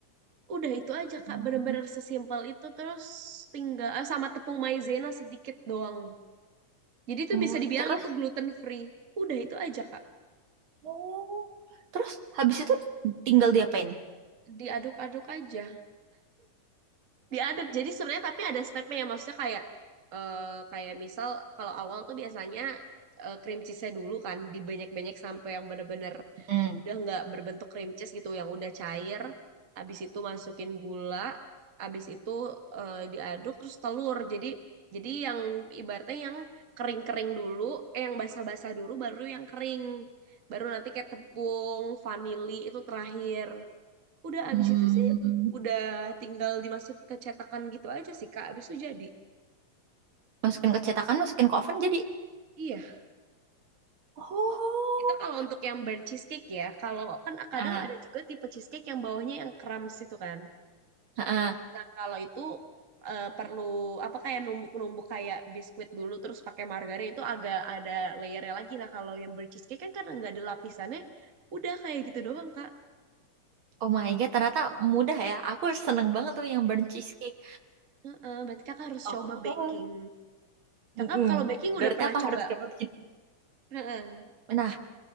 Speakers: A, on the right; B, on the right.
A: Udah itu aja Kak,
B: Hmm.
A: bener-bener sesimpel itu. Terus tinggal eh, sama tepung maizena sedikit doang. Jadi itu
B: Oh,
A: bisa dibilang
B: terus,
A: itu gluten free. Udah itu aja Kak.
B: oh, terus habis itu tinggal diapain?
A: Diaduk-aduk aja. Diaduk. Jadi sebenarnya tapi ada stepnya ya, maksudnya kayak eh kayak misal kalau awal tuh biasanya eh, cream cheese-nya dulu kan dibanyak-banyak sampai yang bener-bener
B: Hmm.
A: udah nggak berbentuk cream cheese gitu yang udah cair habis itu masukin gula habis itu eh, diaduk terus telur jadi jadi yang ibaratnya yang kering-kering dulu eh, yang basah-basah dulu baru yang kering baru nanti kayak tepung vanili itu terakhir udah habis
B: Hmm,
A: itu sih udah tinggal dimasuk ke cetakan gitu aja sih Kak habis itu jadi
B: masukin ke cetakan, masukin ke oven jadi.
A: Iya,
B: Oh,
A: itu kalau untuk yang burnt cheesecake ya. Kalau kan kadang
B: ah,
A: ada juga tipe cheesecake yang bawahnya yang crumbs itu kan.
B: ah, ah.
A: Nah, kalau itu eh, perlu apa kayak numbuk-numbuk kayak biskuit dulu terus pakai margarin itu agak ada layernya lagi. Nah, kalau yang bercheesecake kan karena nggak ada lapisannya, udah kayak gitu doang, Kak.
B: Oh my god, ternyata mudah ya. Aku seneng banget tuh yang
A: Iya.
B: burnt cheesecake.
A: Heeh, berarti Kakak harus
B: Oh,
A: coba baking. Kakak
B: mm-mm.
A: kalau baking
B: Berarti
A: udah pernah
B: aku
A: coba?
B: harus coba bikin.
A: Heeh.
B: Nah,